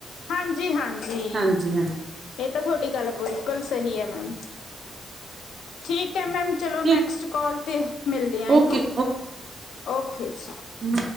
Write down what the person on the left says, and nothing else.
ਹਾਂਜੀ-ਹਾਂਜੀ!
ਇਹ ਤਾਂ ਥੋਡੀ ਗੱਲ ਬੁਲਕੁਲ ਸਹੀ ਐ ਮੈਮ, ਠੀਕ ਐ ਮੈਮ। ਚਲੋ
ਨੈਕਸਟ ਕਾਲ਼ 'ਤੇ ਮਿਲਦੇ ਆ ਯੀ,
ਓਕੇ ਜੀ।